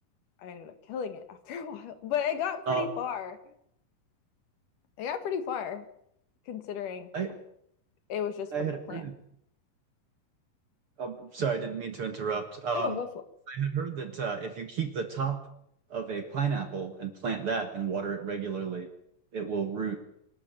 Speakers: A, on the left; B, on the right.
A: I ended up killing it <laughs> after a while. But it got pretty
B: Uh,
A: far. It got pretty far considering
B: I
A: it was just
B: I
A: from
B: had
A: the plant.
B: heard, oh, sorry, I didn't mean to interrupt. Um,
A: I don't go for it.
B: I had heard that uh, if you keep the top of a pineapple and plant that and water it regularly, it will root.